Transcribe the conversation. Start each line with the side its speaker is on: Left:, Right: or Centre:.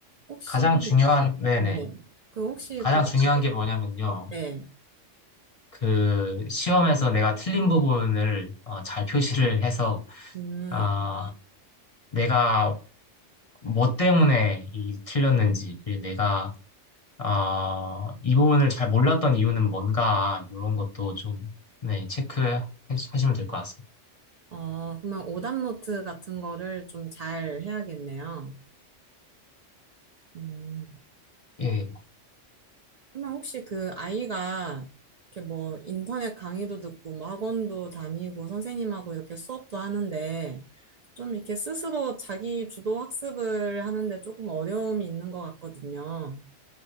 Right: 혹시,
Left: 가장 중요한, 네네.
Right: 네. 그 혹시
Left: 가장
Right: 그,
Left: 중요한 게 뭐냐면요.
Right: 네,
Left: 그 시험에서 내가 틀린 부분을 어, 잘 표시를 해서
Right: 음,
Left: 아 내가 뭐 때문에 이 틀렸는지 그리고 내가 아 이 부분을 잘 몰랐던 이유는 뭔가 이런 것도 좀 네, 체크하시면 될 것 같습니다.
Right: 어, 그러면 오답노트 같은 거를 좀 잘 해야겠네요. 음.
Left: 예.
Right: 그러면 혹시 그 아이가 이렇게 뭐 인터넷 강의도 듣고 뭐 학원도 다니고 선생님하고 이렇게 수업도 하는데 좀 이렇게 스스로 자기 주도 학습을 하는데 조금 어려움이 있는 것 같거든요.